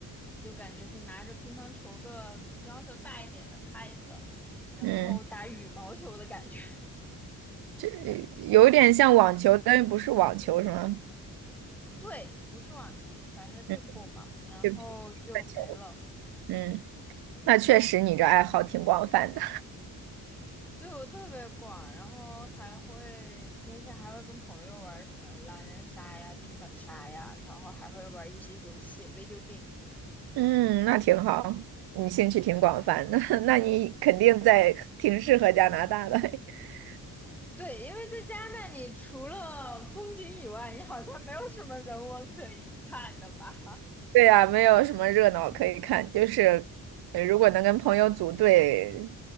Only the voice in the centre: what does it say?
就感觉是拿着乒乓球的比乒乓球大一点的拍子，然后打羽毛球的感觉。
<laughs>
对，不是网球，反正 pickleball
嘛，然后就没了。
嗯，
对我特别广，然后还会平时还会跟朋友玩什么狼人杀呀、剧本杀呀，然后还会玩一些游戏 （video game）。
对，因为在加拿大，你除了风景以外，你好像没有什么人文可以看的吧？